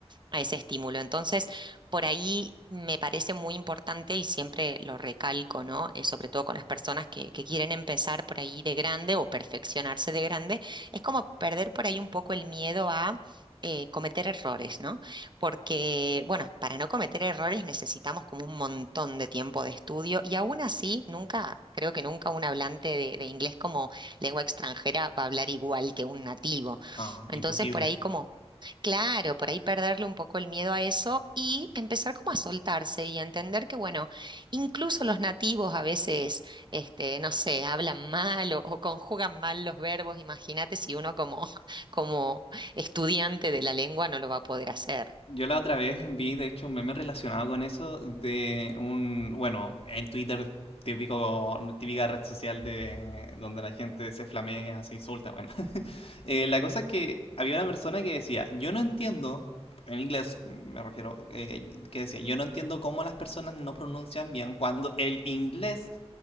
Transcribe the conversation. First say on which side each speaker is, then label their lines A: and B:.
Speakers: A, on the right; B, on the left.
A: a ese estímulo. Entonces, por ahí me parece muy importante y siempre lo recalco, ¿no? Eh, sobre todo con las personas que, que quieren empezar por ahí de grande o perfeccionarse de grande, es como perder por ahí un poco el miedo a... eh, cometer errores, ¿no? Porque, bueno, para no cometer errores necesitamos como un montón de tiempo de estudio y aún así, nunca, creo que nunca un hablante de, de inglés como lengua extranjera va a hablar igual que un nativo.
B: Ah,
A: Entonces,
B: imposible.
A: por ahí como Claro, por ahí perderle un poco el miedo a eso y empezar como a soltarse y a entender que, bueno, incluso los nativos a veces, este, no sé, hablan mal o, o conjugan mal los verbos. Imagínate si uno como, <laughs> como estudiante de la lengua no lo va a poder hacer.
B: Yo la otra vez vi, de hecho, un meme relacionado con eso de un, bueno, en Twitter, típico, típica red social de donde la gente se flamea, se insulta, bueno. <laughs> Eh, la cosa es que había una persona que decía, yo no entiendo, en inglés me refiero, eh, que decía, yo no entiendo cómo las personas no pronuncian bien cuando el inglés